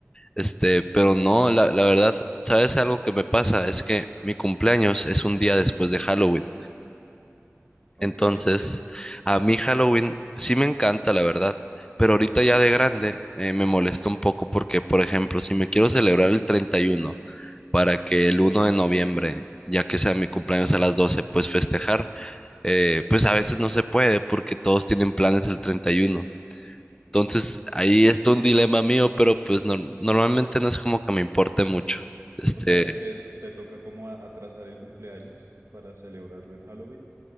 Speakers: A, on the left; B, on the right.
A: Este, pero no, la, la verdad, ¿sabes algo que me pasa? Es que mi cumpleaños es un día después de Halloween.
B: Ok,
A: Entonces,
B: ok.
A: a mí Halloween sí me encanta, la verdad, pero ahorita ya de grande eh, me molesta un poco porque, por ejemplo, si me quiero celebrar el 31 para que el uno de noviembre, ya que sea mi cumpleaños a las 12 pues festejar, eh, pues a veces no se puede porque todos tienen planes el treinta y uno Entonces, ahí está un dilema mío, pero pues no- normalmente no es como que me importe mucho. Este,
B: O sea que te, te toca como a- atrasar el cumpleaños para celebrarlo en Halloween.